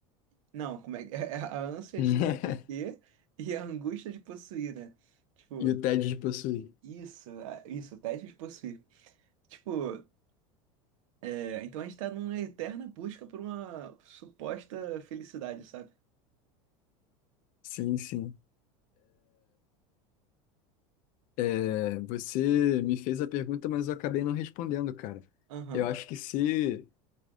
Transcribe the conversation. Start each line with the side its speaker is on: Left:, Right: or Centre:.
Right: Não, como é que <laughs> é? A ânsia
Left: <laughs>
Right: de ter e a angústia de possuir, né? Tipo,
Left: E o tédio de possuir.
Right: isso, a- isso, o teste de possuir. Tipo, é, então a gente tá numa eterna busca por uma suposta felicidade, sabe?
Left: Sim, sim. É, você me fez a pergunta, mas eu acabei não respondendo, cara.
Right: Aham.
Left: Eu acho que se,